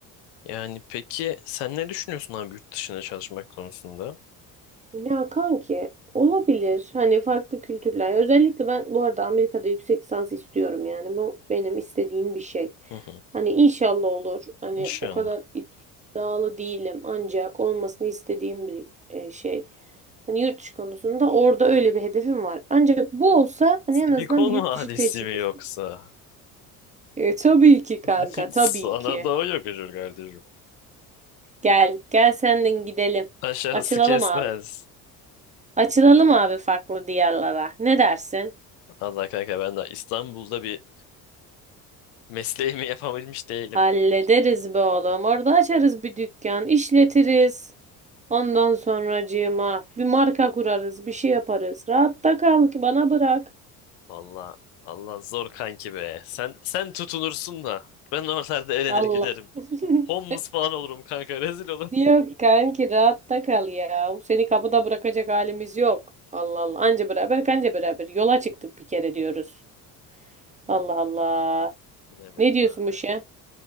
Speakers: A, on the left (about 70°); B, on the right (about 20°).
A: Yani peki sen ne düşünüyorsun abi yurt dışına çalışmak konusunda?
B: Ya kanki olabilir. Hani farklı kültürler. Özellikle ben bu arada Amerika'da yüksek lisans istiyorum yani. Bu benim istediğim bir şey.
A: Hı hı.
B: Hani inşallah olur. Hani
A: İnşallah.
B: o kadar iddialı değilim ancak olmasını istediğim bir e, şey. Hani yurt dışı konusunda orada öyle bir hedefim var. Ancak bu olsa hani
A: Silikon
B: en azından bir yurt
A: <laughs> vadisi
B: dışı tecrübesi.
A: mi yoksa?
B: E, tabii ki kanka,
A: <laughs> Sana
B: tabii ki.
A: doğu yakışır kardeşim.
B: Gel, gel senden gidelim.
A: Aşağısı
B: Açılalım
A: kesmez.
B: abi. Açılalım abi farklı diyarlara. Ne dersin?
A: Allah kanka ben de İstanbul'da bir mesleğimi <laughs> yapabilmiş değilim.
B: Hallederiz be oğlum. Orada açarız bir dükkan, işletiriz. Ondan sonracığıma bir marka kurarız, bir şey yaparız. Rahatta kal ki bana bırak.
A: Valla Allah zor kanki be. Sen sen tutunursun da ben oralarda elenir
B: Allah.
A: giderim.
B: <laughs>
A: Homeless falan olurum kanka rezil olurum.
B: Yok kanki rahatta kal ya. Seni kapıda bırakacak halimiz yok. Allah Allah. Anca beraber kanca beraber. Yola çıktık bir kere diyoruz. Allah Allah.
A: <laughs> Bilemedim
B: Ne diyorsun
A: abi.
B: bu şey?